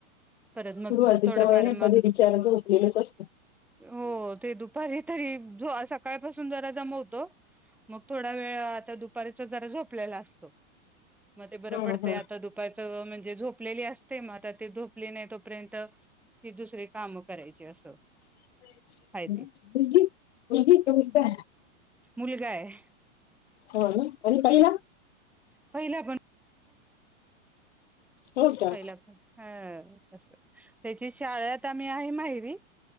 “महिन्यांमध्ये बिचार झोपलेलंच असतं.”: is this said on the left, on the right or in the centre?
Left